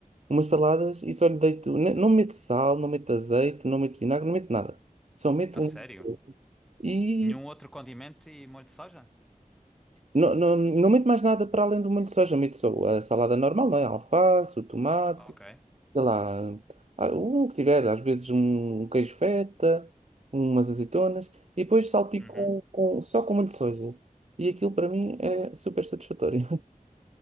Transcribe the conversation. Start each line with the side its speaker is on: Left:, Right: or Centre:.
Right: umas saladas e só lhe deito, ne- não meto sal, não meto azeite, não meto vinagre, não meto nada. Só meto
Centre: A
Right: um...
Centre: sério?
Right: E
Centre: Nenhum outro condimento e molho de soja?
Right: não, não, não meto mais nada para além do molho de soja, meto só a salada normal, não é? A alface, o tomate,
Centre: Ok.
Right: sei lá, ah, o que tiver, às vezes um um queijo feta, umas azeitonas, e depois salpico
Centre: Uhum.
Right: com, só com molho de soja. E aquilo para mim é super satisfatório.